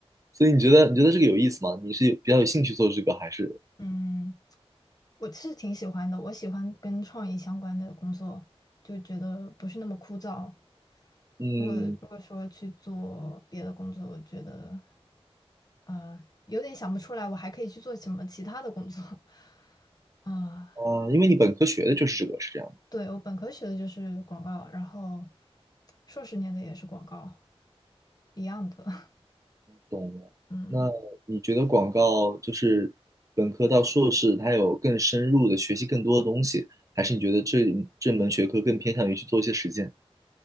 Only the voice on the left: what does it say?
嗯，我是挺喜欢的，我喜欢跟创意相关的工作，就觉得不是那么枯燥。
如果如果说去做别的工作，我觉得呃有点想不出来，我还可以去做什么其他的工作。<laughs> 啊、
对，我本科学的就是广告，然后硕士念的也是广告，一样的。
嗯，